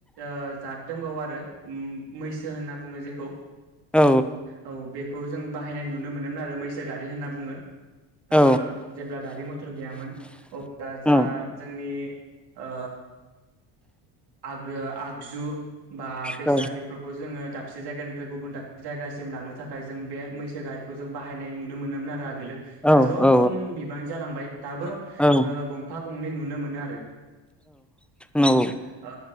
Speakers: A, on the right; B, in the centre.
A: ओ जाद दंबावो आरो। उम मैसो बुङो जेखौ।
B: औ
A: औ बेखौ जों बाहायनाय नुनो मोनोमोन आरो मै सो गारि होनना बुङो। ओ
B: औ
A: जेब्ला गारि मटर गैयामोन अब्ला जा
B: उम
A: जोंनि ओ आगोआ आगजु बा बेसाद
B: औ
A: बेफोरखौ जोङो दाबसे जायगानिफ्राय गुबुन दाबसे जायगासिम लांनो थाखाय जों बे मैसो गारिखौ जों बाहायनाय नुनो मोनोमोन आरो आग गैला
B: औ
A: दाथ
B: औ
A: खम बिबां जालांबाय। दाबो
B: औ
A: ओ गंफां गंनै नुनो मोनो आरो।
B: नंगौ
A: औ आ